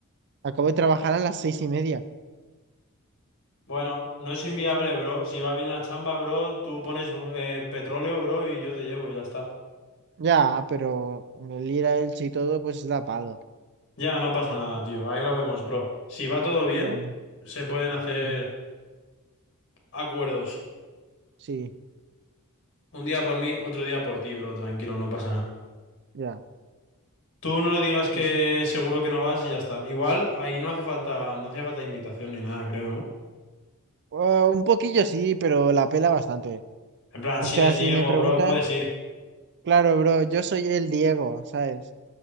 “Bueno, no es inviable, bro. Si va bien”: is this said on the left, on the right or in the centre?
Left